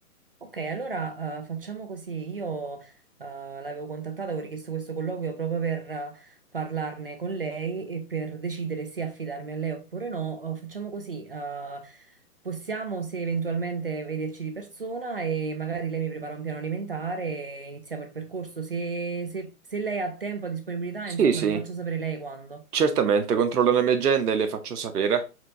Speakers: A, on the right (about 40°); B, on the right (about 80°).
A: Ok, allora eh, facciamo così. Io eh, l'avevo contattata, avevo richiesto questo colloquio proprio per eh, parlarne con lei e per decidere se affidarmi a lei oppure no. Eh, facciamo così, eh, possiamo se eventualmente vederci di persona e magari lei mi prepara un piano alimentare e iniziamo il percorso. Se, se- se lei ha tempo, ha disponibilità,
B: Sì,
A: insomma,
B: sì,
A: mi faccio sapere lei quando.
B: certamente, controllo le mie agende e le faccio sapere.